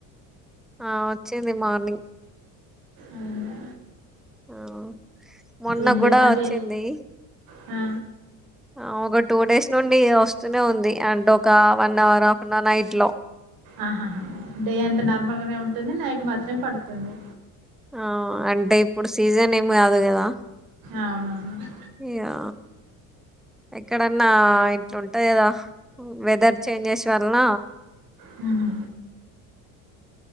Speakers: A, in the centre; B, on the right (about 60°).
A: ఆ వచ్చింది మార్నింగ్
B: అవునా
A: ఆ మొన్న
B: ఏందో
A: కూడా
B: అంటే
A: వచ్చింది.
B: ఆ
A: ఆ ఒక టూ డేస్ నుండి వస్తూనే ఉంది, అండ్ ఒక one hour half an hour night లో
B: ఆహాహా డే అంత నార్మల్ గానే ఉంటుంది నైట్ మాత్రం పడుతుంది.
A: ఆ అంటే ఇప్పుడు సీజన్ ఏమి కాదు కదా
B: అవునవును
A: ఇగా ఎక్కడన్నా ఇట్లుంటాది కదా వెదర్ చేంజెస్ వలన
B: హుహు.